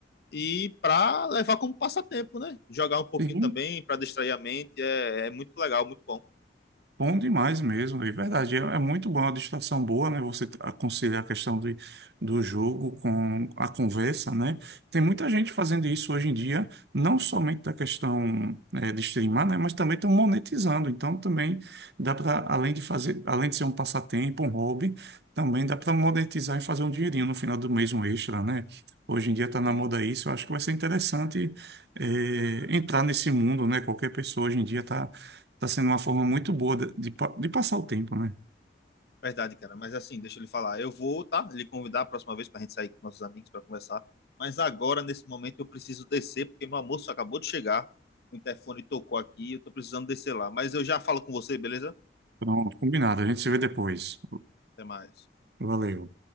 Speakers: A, on the left; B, on the right.
A: e pra levar como passatempo, né? Jogar um pouquinho
B: Sim.
A: também, pra distrair a mente, é, é muito legal, muito bom.
B: Bom demais mesmo, é verdade. É, é muito bom, é uma distração boa, né? Você t- conciliar a questão do, do jogo com a conversa, né? Tem muita gente fazendo isso hoje em dia, não somente da questão eh, de streamar, né? Mas também estão monetizando. Então também dá para, além de fazer, além de ser um passatempo, um hobby, também dá para monetizar e fazer um dinheirinho no final do mês, um extra, né? Hoje em dia está na
A: Sim.
B: moda isso, eu acho que vai ser interessante eh, entrar nesse mundo, né? Qualquer pessoa hoje em dia está Tá sendo uma forma muito boa de, de pa- de passar o tempo, né?
A: Verdade, cara. Mas assim, deixa ele falar. Eu vou, tá? Lhe convidar a próxima vez pra gente sair com nossos amigos pra conversar. Mas agora, nesse momento, eu preciso descer, porque meu almoço acabou de chegar. O interfone tocou aqui, eu tô precisando descer lá. Mas eu já falo com você, beleza?
B: Então, combinado. A gente se vê depois.
A: Até mais.
B: Valeu.